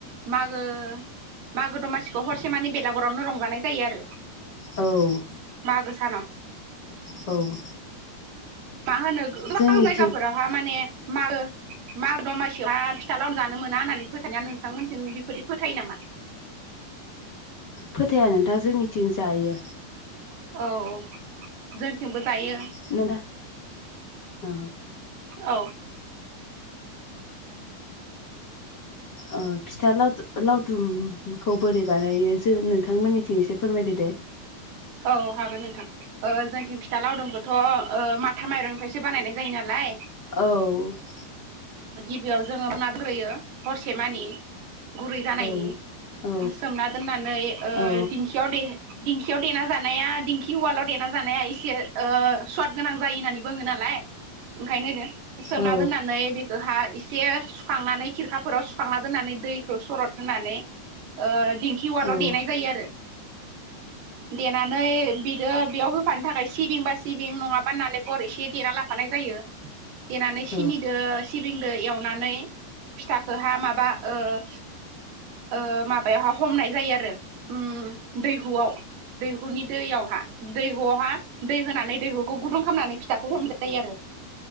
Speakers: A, on the right; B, on the left.
A: मागो मागो दमासिखौ हरसे मानि बेलागरावनो रंजानाय जायो आरो।
B: औ
A: मागो सानाव
B: औ
A: मा होनो गोबां
B: जोंनिथिं
A: जायगाफोरावहा माने मागो माग दमासियावहा फिथा लाव जानो मोना होननानै फोथायो ना नोंथांमोनथिं बेफोरदि फोथायो नामा?
B: फोथाया नोंथां जोंनिथिं जायो।
A: औ औ जोंथिंबो जायो।
B: <unintelligible> दा अ
A: औ
B: ओ फिथा लाव-लावदुमखौ बोरै बानायो जों नोंथांमोननिथिं एसे फोरमायदो दे
A: औ हागोन नोंथां। ओ जोंथिं फिथा लावदुमखौथ' ओ माथा माइरंनिफ्रायसो बानायनाय जायो नालाय।
B: औ
A: गिबियाव जोङो <unintelligible> हरसे मानि गुरै जानायनि
B: औ औ
A: सोमना दोननानै ओ
B: औ
A: दिंखियाव दे दिंखियाव देना जानाया दिंखि उवालाव देना जानाया इसे ओ स्वाद गोनां जायो होननानै बोङो नालाय ओंखायनो सोमना
B: औ
A: दोननानै बे गोहा इसे सुखांनानै खिरखाफोराव सुखांना दोननानै दैखौ सरद होनानै ओ दिंखि वालाव
B: औ
A: देनाय जायो आरो देनानै बिदो बेयाव होफानो थाखाय सिबिं बा सिबिं नङाबा नालेखर एसे देना लाफानाय जायो। देनानै सिनिदो
B: औ
A: सिबिंदो एवनानै फिथाखोहा माबा ओ ओ माबायावहा हमनाय जायो आरो उम दैहुआव। दैहुनि दैयावहा दैहुआवहा दै होनानै दैहुखौ गुदुं खामनानै फिथाखौ हमजायो आरो।